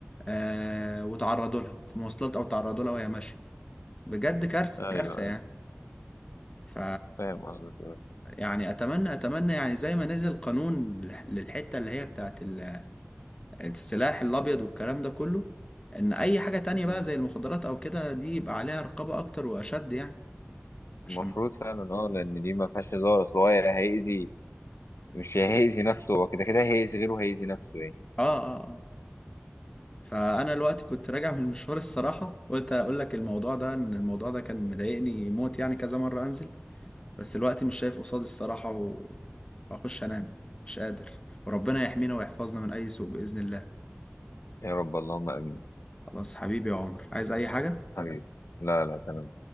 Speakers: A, on the left (about 20°); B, on the left (about 70°).
A: آه وتعرضوا لها في مواصلات او تعرضوا لها وهي ماشيه بجد كارثه
B: ايوه
A: كارثه يعني
B: ايوه
A: ف
B: فاهم قصدك آه.
A: يعني اتمنى اتمنى يعني زي ما نزل قانون للحته اللي هي بتاعت ال- السلاح الابيض والكلام ده كله ان اي حاجه تانية
B: مم.
A: بقى زي المخدرات او كده دي يبقى عليها رقابه اكتر واشد يعني عشان
B: المفروض فعلا اه لان دي ما فيهاش هزار اصل هو يا هيأذي مش يا هيأذي نفسه هو كده كده هيأذي غيره هيأذي نفسه يعني
A: اه اه اه فانا الوقت كنت راجع من المشوار الصراحه قلت اقول لك الموضوع ده ان الموضوع ده كان مضايقني موت يعني كذا مره انزل بس الوقت مش شايف قصادي الصراحه و- واخش انام مش قادر وربنا يحمينا ويحفظنا من اي سوء باذن الله
B: يا رب اللهم امين
A: خلاص حبيبي يا عمر عايز اي حاجه
B: حبيبي لا لا سلام